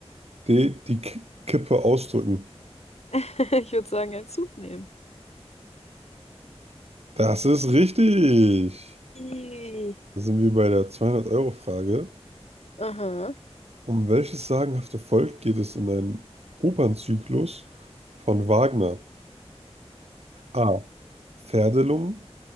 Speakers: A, on the right (about 70°); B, on the left (about 75°).
A: d. die K Kippe ausdrücken.
B: <laughs> Ich würde sagen, einen Zug nehmen.
A: Das ist richtig.
B: Ih.
A: Da sind wir bei der zweihundert euro frage
B: Aha.
A: Um welches sagenhafte Volk geht es in einem Opernzyklus von Wagner? A. Pferdelungen,